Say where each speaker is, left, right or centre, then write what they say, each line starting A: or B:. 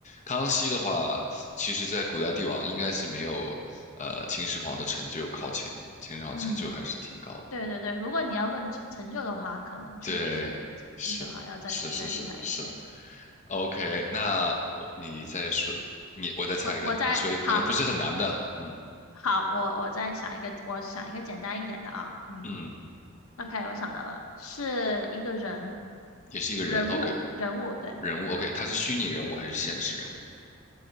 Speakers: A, on the left (about 35°); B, on the left (about 80°).
A: 康熙的话，其实在古代帝王应该是没有呃秦始皇的成就靠前，秦始皇成就还是挺高的。
B: 嗯。对对对，如果你要论成成就的话，可能确实是金秀华要再再厉害一些。
A: 对，是是是是是，OK，那我你再说，你我再猜一个，
B: 我我再好
A: 你说一个可能不是很难的，嗯
B: 好，我我再想一个，我想一个简单一点的啊，嗯
A: 嗯，
B: ，OK，我想到了，是一个人
A: 也是一个人，OK，
B: 人物人物，对，
A: 人物，OK，他是虚拟人物还是现实人物